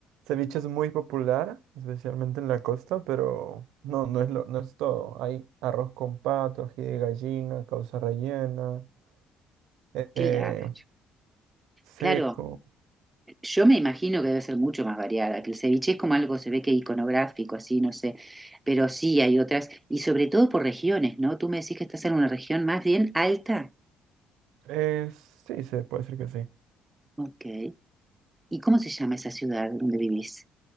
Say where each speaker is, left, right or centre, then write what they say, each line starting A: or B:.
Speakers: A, on the right; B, on the right.
A: Ceviche es muy popular, especialmente en la costa, pero no, no es lo, no es todo. Hay arroz con pato, ají de gallina, causa rellena, eh,
B: Claro,
A: seco.
B: claro. Yo me imagino que debe ser mucho más variada, que el ceviche es como algo, se ve que iconográfico, así, no sé, pero sí hay otras, y sobre todo por regiones, ¿no? Tú me decís que estás en una región más bien alta.
A: Eh, sí, se puede decir que sí.
B: Ok. ¿Y cómo se llama esa ciudad donde vivís?